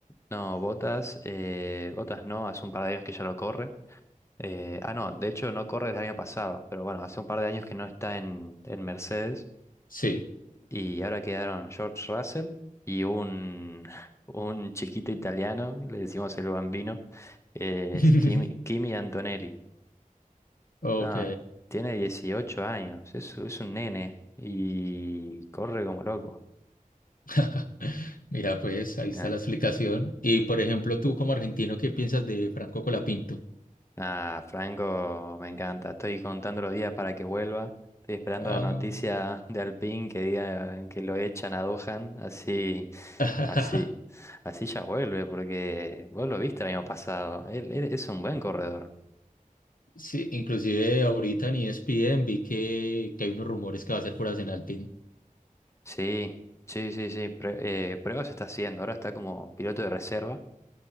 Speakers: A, on the left; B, on the left.
A: no, Botas, eh, Botas no, hace un par de años que ya lo corre. Eh, ah, no, de hecho no corre desde el año pasado, pero bueno, hace un par de años que no está en, en Mercedes
B: Sí.
A: Y ahora quedaron George Russell y un, <laughs> un chiquito italiano, le decimos el bambino, eh,
B: <laughs>
A: es Kimi, Kimi Antonelli.
B: Ok.
A: Ah, tiene 18 años, es, es un nene y corre como loco.
B: <laughs> Mira, pues ahí está
A: Ah,
B: la explicación. Y por ejemplo, tú como argentino, ¿qué piensas de Franco Colapinto?
A: Ah, Franco, me encanta. Estoy contando los días para que vuelva. Estoy esperando
B: Ah,
A: la noticia
B: no.
A: de Alpine que diga que lo echan a Dohan. Así,
B: <laughs>
A: así, así ya vuelve, porque vos lo viste el año pasado. Él, él es un buen corredor.
B: Sí, inclusive ahorita en ESPN vi que, que hay unos rumores que va a ser por Asenalpin.
A: Sí, sí, sí, sí. prue- eh, pruebas está haciendo. Ahora está como piloto de reserva.